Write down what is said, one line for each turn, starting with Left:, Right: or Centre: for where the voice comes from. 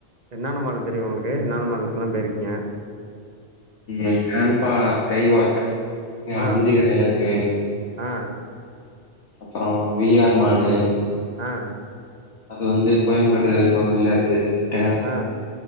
Right: என்னென்ன மாலு தெரியு உங்களுக்கு என்னென்ன மாலுக்கெல்லா பேயிருக்கீங்க
Left: எல்கப்பாஸ் ஸ்கைவாக் இங்க
Right: ஆ
Left: அம்ஞ்சிகரைல இருக்கு
Right: ஆ
Left: அப்பறொ வி ஆர் மாலு
Right: ஆ
Left: அது வந்து கோயம்பேடு போற வழில இருக்கு <unintelligible>
Right: ஆ